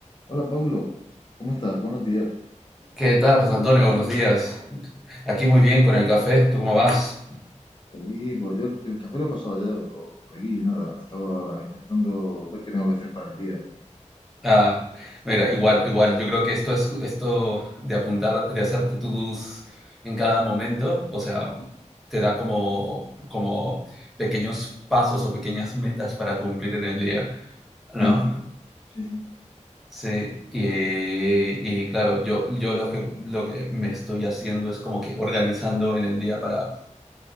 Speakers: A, on the left; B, in the centre.
A: Hola, Paulo. ¿Cómo estás? Buenos días.
B: ¿Qué tal, José Antonio? Buenos días. Aquí muy bien con el café. ¿Tú cómo vas?
A: Por aquí, pues yo el café lo he pasado ya, pero por aquí nada. Estaba intentando ver qué tengo que hacer para el día.
B: Ah, mira, igual, igual. Yo creo que esto es esto de apuntar, de hacerte to-dos en cada momento, o sea, te da como, como pequeños pasos o pequeñas metas para cumplir en el día, ¿no?
A: Ajá, sí, sí.
B: Sí, y, y claro, yo, yo lo que, lo que me estoy haciendo es como que organizando en el día para,